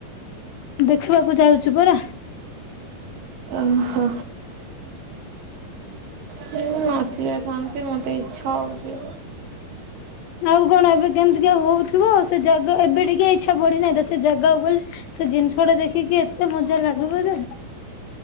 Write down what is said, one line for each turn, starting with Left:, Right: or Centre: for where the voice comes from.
Left: ଦେଖିବାକୁ ଯାଉଚୁ ପରା।
Right: ଓହୋ। ହୁଁ ନାଚି ହୁଅନ୍ତି ମୋତେ ଇଚ୍ଛା ହଉଚି।
Left: ଆଉ କଣ ଏବେ କେମିତିକା ହଉଥିବ ସେ ଜାଗା ଏବେ ଟିକେ ଇଚ୍ଛା ବଢିନାହିଁ ତା ସେ ଜାଗାକୁ ଗଲେ ସେ ଜିନିଷ ଟା ଦେଖିକି ଏତେ ମଜା ଲାଗିବ ଯେ